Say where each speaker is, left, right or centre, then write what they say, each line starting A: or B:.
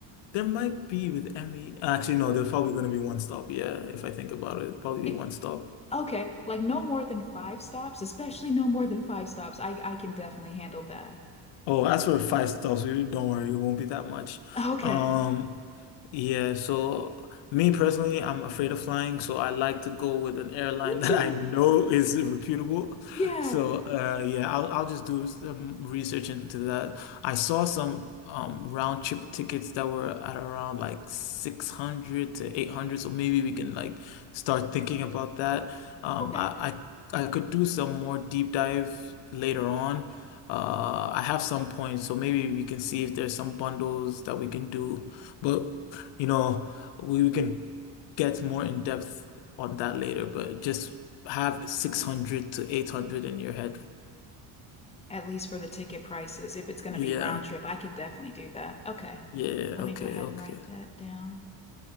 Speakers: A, on the left; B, on the left.
A: there might be with Emmy. Actually, no, there's probably going to be one stop. Yeah, if I think about it, it'll probably be
B: <laughs>
A: one stop.
B: Okay, like no more than five stops, especially no more than five stops. I I can definitely handle that.
A: Oh, that's for five stars. So you don't worry, it won't be that much.
B: Okay.
A: Um, yeah, so me personally, I'm afraid of flying, so I like to go with an airline
B: Me
A: <laughs> that
B: too.
A: I know is reputable.
B: Yeah.
A: So uh, yeah, I'll I'll just do some research into that. I saw some um, round trip tickets that were at around like 600 to 800, so maybe we can like start thinking about that. Um,
B: Okay.
A: I I, I could do some more deep dive later on. Uh, I have some points, so maybe we can see if there's some bundles that we can do. But you know, we, we can get more in depth on that later. But just have 600 to 800 in your head.
B: At least for the ticket prices, if it's going
A: Yeah.
B: to be round trip, I can definitely do that. Okay.
A: Yeah.
B: Let
A: Okay.
B: me go ahead
A: Okay.
B: and write that down.